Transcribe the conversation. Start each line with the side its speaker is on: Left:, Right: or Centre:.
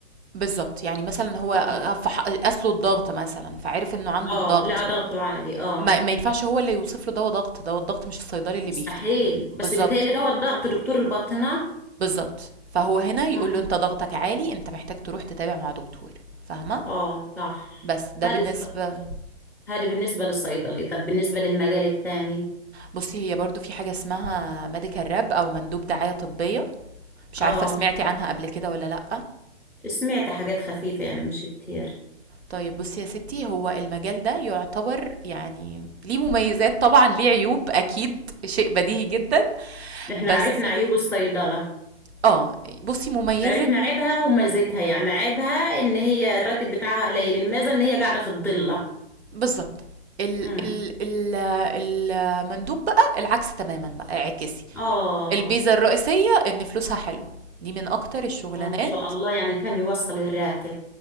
Right: بالضبط، يعني مثلًا هو آآ
Centre: اه
Right: فح قاس له الضغط مثلًا، فعرف إنه عنده
Centre: اه
Right: الضغط.
Centre: لا ضغطه عالي اه
Right: ما, ما ينفعش هو اللي يوصف له ده ضغط ده الضغط مش الصيدلي اللي
Centre: مستحيل
Right: بيكتب
Centre: بس
Right: بالظبط
Centre: بيتهيألي دواء الضغط دكتور الباطنه
Right: بالظبط فهو هنا يقول
Centre: امم
Right: له انت ضغطك عالي انت محتاج تروح تتابع مع دكتور فاهمه
Centre: اه صح
Right: بس ده
Centre: هذه
Right: بالنسبه
Centre: هذه بالنسبه للصيدلي طب بالنسبه للمجال الثاني
Right: بصي هي برضو في حاجه اسمها ميديكال راب او مندوب دعايه طبيه مش
Centre: اه
Right: عارفه سمعتي عنها قبل كده ولا لا
Centre: سمعت حاجات خفيفه يعني مش كتير
Right: طيب بصي يا ستي هو المجال ده يعتبر يعني ليه مميزات طبعا ليه عيوب اكيد شيء بديهي جدا
Centre: احنا
Right: بس
Centre: عرفنا عيوب الصيدله
Right: اه بصي مميزة
Centre: عرفنا عيبها وميزتها يعني عيبها ان هي الراتب بتاعها قليل الميزه ان هي قاعده في الضله
Right: بالضبط. ال
Centre: امم
Right: ال ال المندوب بقى العكس تمامًا بقى، اعكسي،
Centre: اه
Right: البيزا الرئيسية إن فلوسها حلوة، دي من أكتر الشغلانات
Centre: اه ما شاء الله يعني كم يوصل الراتب